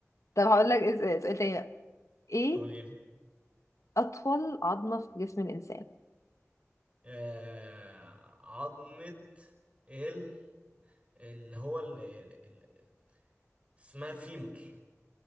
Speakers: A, on the left (about 85°); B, on the right (about 25°).
A: طب هقول لك إز- سؤال تاني بقى ايه
B: قولي لي
A: اطول عظمة في جسم الانسان
B: آه عظمة ال اللي هو اللي اللي اسمها فيمر